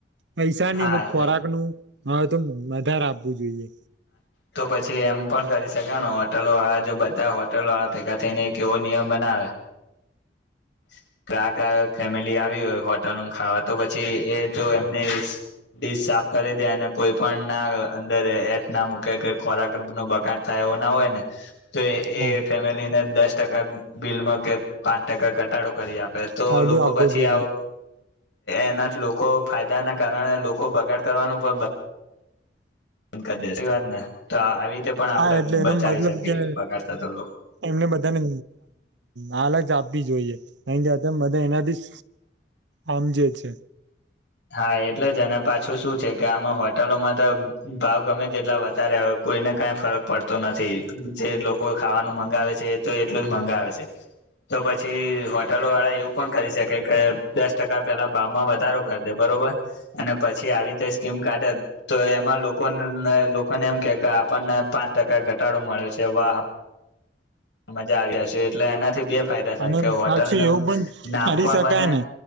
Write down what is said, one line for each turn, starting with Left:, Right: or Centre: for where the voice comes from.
Right: પૈસા
Left: હા
Right: નહી ખોરાક
Left: એ
Right: નું તો વધારે આપવું જોઈએ
Left: તો પછી એમ પણ કરી શક હોટલો વાળા જો બધા હોટલ વાળા ભેગા થઈ ને એક કેવો નિયમ બનાવે <inaudible> કક ફેમિલી આવી હોય હોટલ નું ખાવા તો પછી એ જો એમની સાફ કરી દે અને કોઈ પણ ના અંદર એથ ના મૂકે કે ખોરાક રપ ન બગડ થાય એવું ના હોય ને તો
Right: હા
Left: એ ફેમિલીને દસ ટકા બિલમાં કે પાંચ ટકા ઘટાડો કરી આપે તો
Right: ફાયદો
Left: લોકો
Right: આપવો
Left: પછી
Right: જોઈએ
Left: આવ એનાથી લોકો ફાયદા ના કારણે લોકો બગાડ કરવાનું પણ બંધ કરી દે વાત ને તો આવી રીતે પણ
Right: હા
Left: આપણે
Right: એટલે એનો
Left: બચાવી
Right: મતલબ
Left: શકીએ
Right: કે
Left: બગાડ થતો
Right: એમને બધાને હાલ જ આપ આપી જોઈએ નહી બધા એનાથી આમજે છે
Left: હા એટલે જ અને પાછું શું છે કે આમાં હોટલોમાં તો ભાવ ગમે તે એટલા વધારે કોઈને કંઈ ફરક પડતો નથી જે લોકો ખાવાનું મંગાવે છે એ તો એટલું જ મંગાવે છે તો પછી હોટલો વાળા એવું પણ કરી શકે કે દસ ટકા પેલા ભાવમાં વધારો કરી દે બરોબર અને પછી આવી રીતે સ્કીમ કાઢે તો એમાં લોકો લોકોને એમ કે કે આપણને પાંચ ટકા ઘટાડો મળ્યો છે વાહ મજા આવ્યા છે એટલે એના થી બે ફાયદા થ
Right: અને
Left: કે હોટલ
Right: પાછું
Left: નું
Right: એવું પણ
Left: નામ
Right: કરી
Left: પણ
Right: શકાય
Left: બને
Right: ને